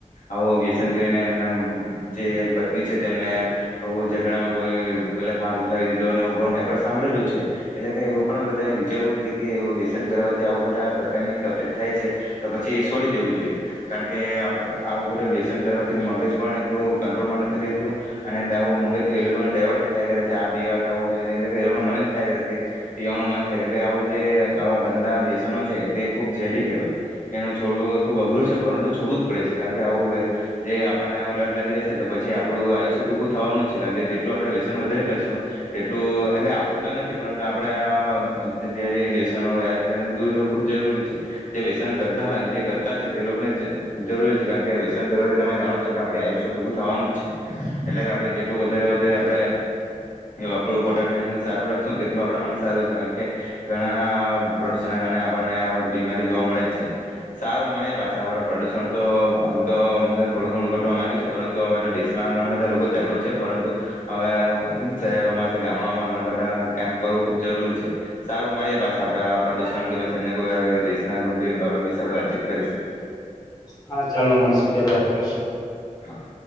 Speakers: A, on the left (about 70°); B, on the left (about 30°).
A: આવો વ્યસન કરીને એમના જે પત્ની છે તેમને એવા ઝઘડામાં કોઈ ગલત હાથ ઉઠાવી દીધો અને એું મે પણ સાંભળેલું છે એટલે કે એવું પણ બધા વિચારવું જોઈએ કે એ વ્યસન કરવાથી આવ બધા પ્રકારની તકલીફ થાય છે તો પછી એ છોડી દેવું જોઈએ કારણ કે આવું બધું વ્યસન કરવાથી મગજ પણ હું કંટ્રોલમાં નથી રહેેતું અને આવું મગજ એ લોકોને ડાયવર્ટ થયા કરે છે આ પીવા થું થાય એટલે કે એ લોકો મન જ થાય કરે કે પીવાનું મન થાયે કે આવું જે આવા ગંદા વ્યસનો છે તે ખુબ ઝેરી કહેવાય એનું છોડવું ખુબ અઘરું છે પરંતુ છોડવું જ પડે છે કારણ કે આવું જે આપણને લટ લાગી રહશે તો પછી આપણું આયુષ્ય ટૂંકું થવાનું જ છે કારણ કે જેટલું આપણેે્ યસન વધારે કરશું તેટલું એટલે આપણું તો નથી પરંતુ આપણેે વ્યસનો દૂર રહેવું ખૂબ જરૂરી છે જે વ્યસનો કરતા જે કરતા છે તે લોકોને જરૂરી છે કારણ કે વ્યસન કરવાથી તમે જાણો છો કે આપણુ આયુષ્ય ટૂકું થવાનું જ છે એટલે કે આપણે જેટલું વધારે વધારે આપણે એ આપણું પોતાનું હેલ્થનું સારું રાખશું તેટલું આપણા માટે સારું છે કારણ કે ઘણા પ્રદુષણના કારણે આપણને આ બીમારી જોવા મળે જ છે સારું મળે પાછા પ્રદુષણ તો આમ તોમ થોડું ઘણું કરવા માંડ્યું છે પરંતુ હવે તો દેશમાં ઘણા બધા લોકો જાગૃત છે પરંતુ હવે શહેરોમાં છે ગામડામાં ઘણા બધા કેમ્પ કરવું ખુબ જરૂરી છે સારું મળી પાછા આપણે પ્રદુષણ કે પછી અન્ય કોઈ દેશના ગંભીર બાબત વિશે આપણે વાતચીત કરીશું.
B: હા, ચાલો મળશું ત્યારે વાત કરશું.
A: હા